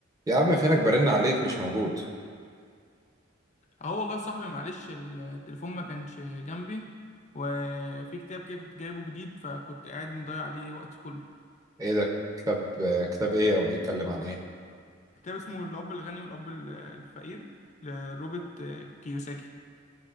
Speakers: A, on the right; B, on the left.
A: يا عم فينك برن عليك مش موجود
B: اه والله يا صاحبي معلش التليفون ما كانش جنبي وفي كتاب كده كنت جايبه جديد فكنت قاعد مضيع عليه وقت كله
A: ايه ده كتاب كتاب ايه او بيتكلم عن ايه
B: كتاب اسمه الأب الغني والأب ال- الفقير لروبرت كيوساكي